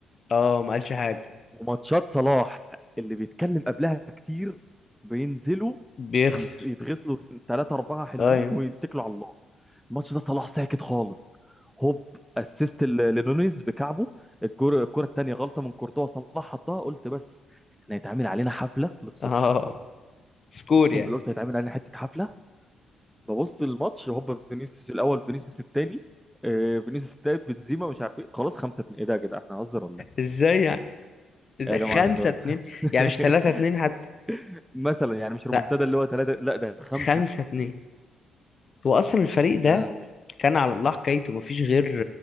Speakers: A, on the left; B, in the centre.
A: اه ما قالش حاجه
B: وماتشات صلاح اللي بيتكلم قبلها كتير بينزلوا
A: بيخسر
B: يت- يتغسلوا ثلاثة أربعة حلوين
A: ايوه
B: ويتكلوا على الله الماتش ده صلاح ساكت خالص هوب اسيست ل- لنونيز بكعبه الجر- الكرة التانية غلطة من كورتوا صلاح حطها قلت بس احنا هيتعمل علينا حفلة للصبح
A: اه سكور
B: اقسم
A: يعني
B: بالله قلت هيتعمل علينا حتة حفلة ببص للماتش هوب فينيسيوس الاول فينيسيوس التاني آه، فينيسيوس التالت بنزيما مش عارف ايه خلاص خمسة اتنين. ايه ده يا جدع احنا هنهزر ولا ايه
A: ازاي يعني إز-
B: إيه يا
A: خمسة
B: جماعة الهزار
A: اتنين
B: ده <laughs>
A: يعني مش تلاتة اتنين حتى
B: مثلا يعني مش رومنتادا
A: لا
B: اللي هو ثلاثة لا ده خمسة
A: خمسة اتنين هو أصلا الفريق
B: يا
A: ده
B: وي
A: كان على الله حكايته مفيش غير